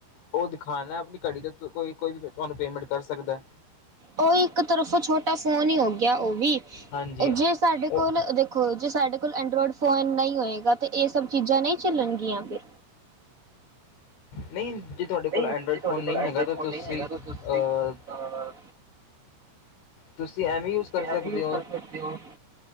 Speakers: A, on the left; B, on the right.
A: ਉਹ ਦਿਖਾਨੈ ਅਪਣੀ ਘੜੀ ਦਾ ਕੋਈ ਕੋਈ ਵੀ ਤੁਹਾਨੂੰ ਪੇਮੈਂਟ ਕਰ ਸਕਦਾ
B: ਉਹ ਇੱਕ ਤਰਫੋਂ ਛੋਟਾ ਫੋਨ ਹੀ ਹੋ ਗਿਆ, ਉਹ ਵੀ
A: ਹਾਂਜੀ
B: ਜੇ ਸਾਡੇ
A: ਉਹ
B: ਕੋਲ, ਦੇਖੋ ਜੇ ਸਾਡੇ ਕੋਲ ਐਂਡਰੋਇਡ ਫੋਨ ਨਹੀਂ ਹੋਏਗਾ ਇਹ ਸਭ ਚੀਜ਼ਾਂ ਨਹੀਂ ਝੱਲਣਗੀਆਂ ਫਿਰ
A: ਨਹੀਂ ਜੇ ਤੁਹਾਡੇ ਕੋਲ
B: ਨਈ
A: ਐਂਡਰੋਇਡ
B: ਜੇ ਤੁਹਾਡੇ
A: ਫੋਨ
B: ਕੋਲ
A: ਨਹੀਂ
B: ਐਂਡਰੋਇਡ
A: ਹੈਗਾ ਤਾਂ
B: ਫੋਨ
A: ਤੁਸੀਂ
B: ਨਈ ਹੈਗਾ ਤਾਂ ਤੁਸੀਂ
A: ਅਹ
B: ਅ
A: ਤੁਸੀਂ ਐਵੇਂ ਯੂਜ
B: ਤੁਸੀਂ
A: ਕਰ ਸਕਦੇ
B: ਐ ਵੀ ਯੂਜ
A: ਹੋ
B: ਕਰ ਸਕਦੇ ਓ